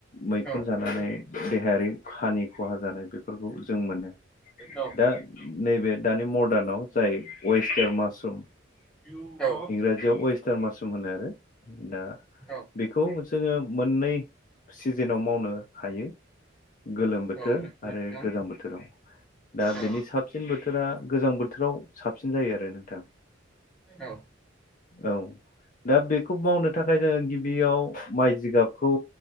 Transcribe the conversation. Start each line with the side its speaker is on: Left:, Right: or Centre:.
Left: मैखुन
Centre: औ औ।
Left: जानानै देहायारि हानि खहा जानाय बेफोरखौ जों मोनो।
Centre: औ।
Left: दा नैबे दानि मदार्नाव जाय वेस्टार्न मासरुम
Centre: औ।
Left: इंराजियाव वस्टार मासरुम होनो आरो दा
Centre: औ
Left: बेखौ जोङो मोननै सिजेनाव मावनो हायो। गोलोम बोथोर
Centre: औ नंगौना
Left: आरो
Centre: नोंथां?
Left: गोजां बोथोराव दा
Centre: औ
Left: बेनि साबसिन बोथोर बोथोरा गोजां बोथोराव साबसिन जायो आरो नोंथां
Centre: औ
Left: औ दा बे खौ मावनो थाखाय जोङो गिब बेयाव माइ जिगाबखौ